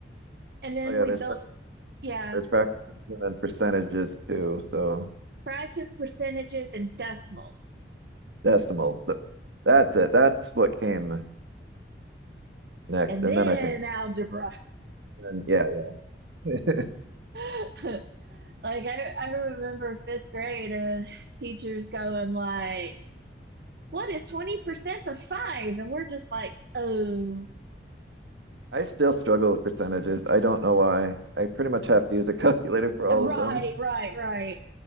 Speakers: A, on the right; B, on the right.
A: And then
B: Oh yeah,
A: we
B: there's
A: built, yeah,
B: There's fractions and then percentages too, so
A: fractions, percentages, and decimals.
B: decimals. Th- That's it. That's what came next.
A: And
B: And
A: then
B: then I think,
A: algebra.
B: and yeah, yeah.
A: <laughs> Like I, I remember fifth grade uh, teachers going like, "What is 20% of five?" And we're just like, "Oh,
B: <laughs> I still struggle with percentages. I don't know why. I pretty much have to use a calculator for all
A: right,
B: of them.
A: right, right."